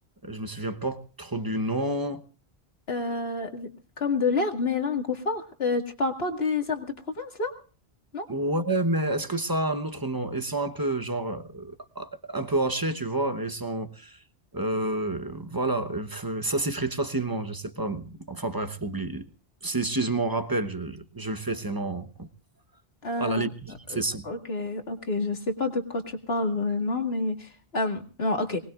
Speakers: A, on the right (about 20°); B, on the left (about 70°).
A: Je me souviens pas trop du nom.
B: Euh, comme de l'herbe, mais là, un goût fort. Euh, tu parles pas des herbes de province, là?
A: Ouais, mais est-ce que ça a un autre nom? Ils sont un peu, genre, euh, un peu hachés, tu vois, mais ils sont, euh, voilà, euh, ça s'effrite facilement, je sais pas. Enfin bref, oublie. Si, si je m'en rappelle, je, je- je le fais, sinon,
B: Ah,
A: à la limite, je
B: euh,
A: fais ça.
B: ok, ok, je sais pas de quoi tu parles vraiment, mais euh, non, ok.